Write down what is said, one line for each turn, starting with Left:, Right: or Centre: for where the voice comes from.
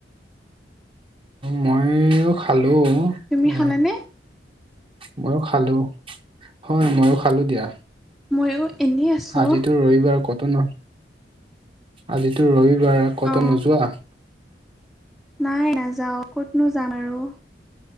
Right: মইও খালো।
Centre: তুমি
Right: এ
Centre: খালানে
Right: মইয়ো খালো, হয়' ময়ো খালো দিয়া।
Centre: ময়ো এনেই আছোঁ
Right: আজিতো ৰবিবাৰ কতো নো আজিতো ৰবিবাৰ কতো
Centre: অ
Right: নোযোৱা?
Centre: নাই নাযাওঁ ক'তনো যাম আৰু।